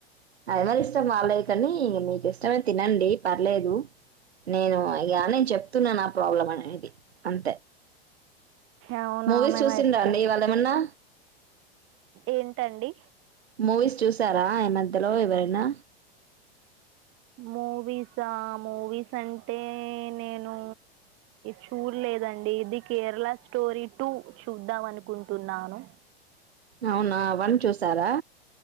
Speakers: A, on the right; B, on the right.
A: అది మరి ఇష్టం బాలేదు కానీ ఇక మీకు ఇష్టమే తినండి పర్లేదు నేను ఇక నేను చెప్తున్నాను నా ప్రాబ్లం అనేది అంతే
B: అవునా
A: మూవీస్
B: మేమైతే
A: చూసిండ్రా
B: తింటాం
A: అండి ఇవాళ ఏమన్నా
B: ఏంటండి
A: మూవీస్ చూసారా ఈ మధ్యలో ఏమైనా
B: మూవీసా మూవీస్ అంటే నేను చూడలేదండి ఇది కేరళ స్టోరీ టూ చూద్దాం అనుకుంటున్నాను
A: అవునా వన్ చూసారా